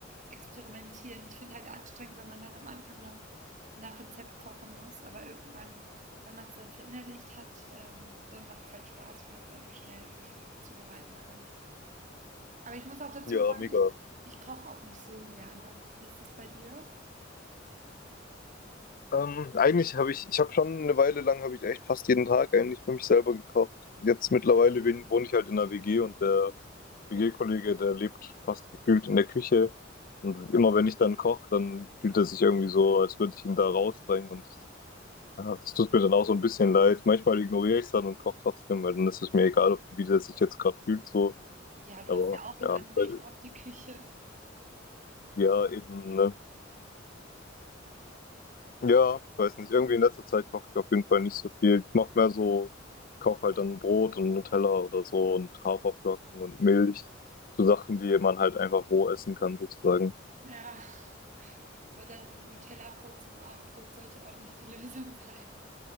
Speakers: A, on the right; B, on the left.
A: experimentieren. Ich finde halt anstrengend, wenn man dann am Anfang noch nach Rezept kochen muss, aber irgendwann, wenn man es dann verinnerlicht hat, ähm, dann macht es halt Spaß, wenn man es einfach schnell sich zubereiten kann. Aber ich muss auch dazu
B: ja,
A: sagen,
B: mega.
A: ich, ich koche auch nicht so gerne. Wie ist das bei dir?
B: Ähm, eigentlich habe ich, ich habe schon eine Weile lang, habe ich echt fast jeden Tag eigentlich für mich selber gekocht. Jetzt mittlerweile win- wohne ich halt in der WG und der WG-Kollege, der lebt fast gefühlt in der Küche. Und immer wenn ich dann koche, dann fühlt er sich irgendwie so, als würde ich ihn da rausdrängen und Ja, das tut mir dann auch so ein bisschen leid. Manchmal ignoriere ich es dann und koche trotzdem, weil dann ist es mir egal, ob- wie der sich jetzt gerade fühlt, so.
A: Ja, du
B: Aber
A: hast ja auch
B: ja,
A: ein Anrecht
B: weil-
A: auf die Küche.
B: ja, eben, ne?
A: Oh,
B: Ja, weiß nicht. Irgendwie in letzter Zeit koche ich auf jeden Fall nicht so viel. Ich mache mehr so, kaufe halt dann Brot und Nutella oder so und Haferflocken und Milch. So Sachen, die man halt einfach roh essen kann, sozusagen.
A: ja, aber dann Nutella-Brot zum Abendbrot sollte auch nicht die <laughs> Lösung sein.